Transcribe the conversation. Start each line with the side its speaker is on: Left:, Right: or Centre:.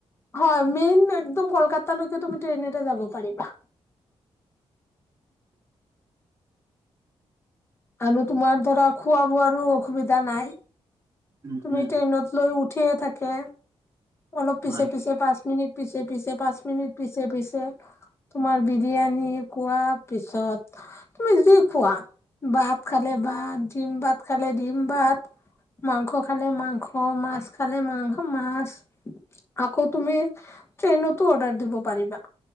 Left: হয় মেইন একদম কলকাতালৈকে তুমি ট্ৰেইনেৰে যাব পাৰিবা। আমি তোমাৰ ধৰা খোৱা বোৱাৰো অসুবিধা নাই।
Right: উম
Left: তুমি
Right: উম
Left: ট্ৰেইনত লৈ উঠিয়ে থাকে। অলপ পিছে
Right: হয়।
Left: পিছে পাঁচ মিনিট পিছে পিছে পাঁচ মিনিট পিছে পিছে। তোমাৰ বিৰিয়ানী খোৱা পিছত তুমি যি খোৱা বাত খালে ভাত ডিম ভাত খালে ডিম ভাত মাংস খালে মাংস মাছ খালে মাংস মাছ আকৌ তুমি। ট্ৰেইনতো অৰ্ডাৰ দিব পাৰিবা